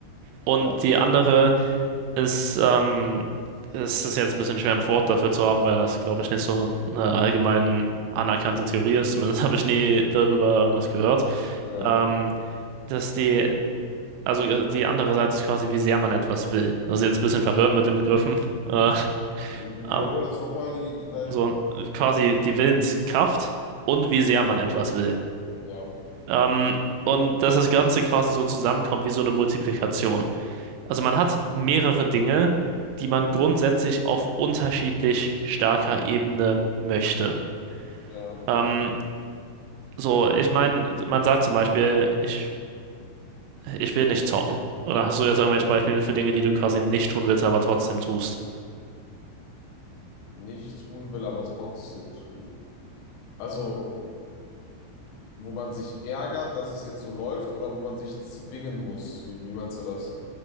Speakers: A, on the right; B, on the left.
A: Und
B: ja,
A: die andere ist, ähm, es ist jetzt ein bisschen schwer, ein Wort dafür zu haben, weil das, glaube ich, nicht so eine allgemein anerkannte Theorie ist. Zumindest <laughs> habe ich nie darüber irgendwas gehört.
B: ja.
A: Ähm, dass die, also äh, die andere Seite ist quasi, wie sehr man etwas will. Das ist jetzt ein bisschen verwirrend mit den Begriffen. <laughs> Äh,
B: Wiederhol
A: aber
B: das nochmal, die, die beiden.
A: so quasi die Willenskraft und wie sehr man etwas will.
B: Ja, okay.
A: Ähm, und dass das Ganze quasi so zusammenkommt wie so eine Multiplikation. Also man hat mehrere Dinge, die man grundsätzlich auf unterschiedlich starker Ebene möchte.
B: Ja,
A: Ähm, so, ich meine, man sagt zum Beispiel, ich ich will nicht zocken. Oder hast du jetzt irgendwelche Beispiele für Dinge, die du quasi nicht tun willst, aber trotzdem tust?
B: nicht tun will, aber trotzdem tue. Also, wo man sich ärgert, dass es jetzt so läuft, oder wo man sich zwingen muss. Wie, wie meinst du das?